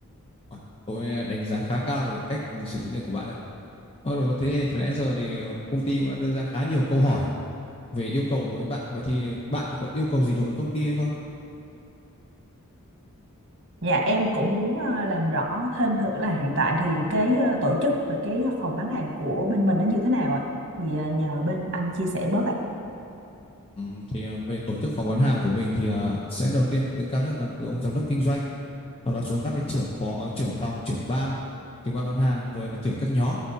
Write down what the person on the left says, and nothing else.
à, Tôi đánh giá khá cao về cách xử lý này của bạn đấy. Ờ, rồi, Thế từ nãy giờ thì ờ, công ty cũng đã đưa ra khá nhiều câu hỏi về yêu cầu đối với bạn. Vậy thì bạn thì có yêu cầu gì đối với công ty hay không?
Ừm, thì ờ, về tổ chức phỏng vấn hàng của mình thì ờ, sẽ đầu tiên đứng cao nhất là từ ông giám đốc kinh doanh, sau đó xuống các cái trưởng phó, trưởng phòng, trưởng ban, trưởng ban bán hàng, rồi là trưởng các nhóm.